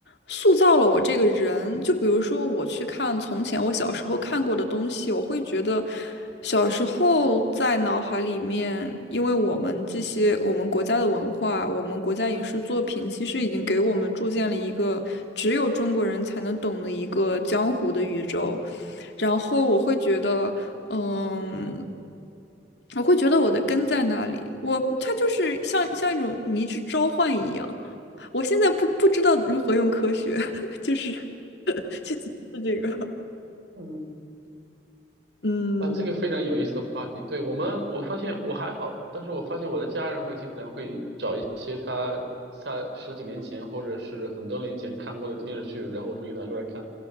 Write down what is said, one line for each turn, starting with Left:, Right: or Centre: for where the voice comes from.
Left: 塑造了我这个人。就比如说我去看从前我小时候看过的东西，我会觉得小时候在脑海里面，因为我们这些我们国家的文化，我们国家影视作品，其实已经给我们铸建了一个只有中国人才能懂的一个江湖的宇宙。然后我会觉得。嗯，我会觉得我的根在那里，我它就是像像一种迷之召唤一样。我现在不不知道如何用科学，<laughs> 就是 <laughs> 去解释这个。
Right: 嗯，
Left: 嗯，
Right: 啊，这个非常有意思的话题。对，我们，我发现我还好，但是我发现我的家人会经常会找一些他他十几年前或者是很多年前看过的电视剧，然后重新拿出来看。